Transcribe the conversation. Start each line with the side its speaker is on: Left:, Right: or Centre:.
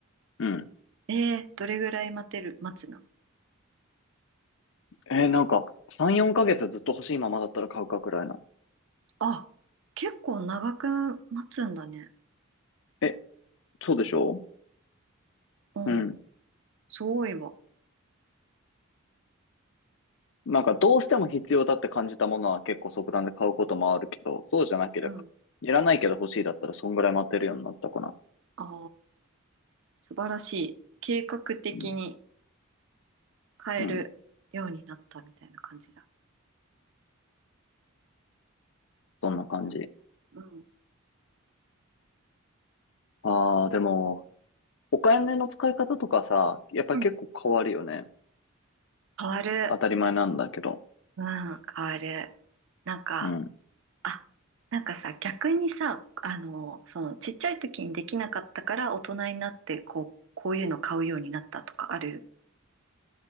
Left: うん。
Right: えー、どれぐらい待てる、待つの。
Left: えーなんか、3、4ヶ月ずっと欲しいままだったら買うかくらいな。
Right: あ、結構長く待つんだね。
Left: え、そうでしょ
Right: うん、
Left: うん。
Right: すごいわ。
Left: なんか、どうしても必要だって感じたものは結構即断で買うこともあるけど、そうじゃなければ、
Right: うん。
Left: いらないけど欲しいだったらそんぐらい待てるようになったかな。
Right: ああ、素晴らしい。計画的に
Left: うん。
Right: 変えるようになったみたいな感じだ。
Left: うん。そんな感じ。
Right: うん。
Left: ああ、でも、お金の使い方とかさ、やっぱり結構変わるよね。
Right: うん。変わる。
Left: 当たり前なんだけど。
Right: うん、変わる。なんか、
Left: うん。
Right: あ、なんかさ、逆にさ、あの、その、ちっちゃい時にできなかったから、大人になって、こう、こういうの買うようになったとかある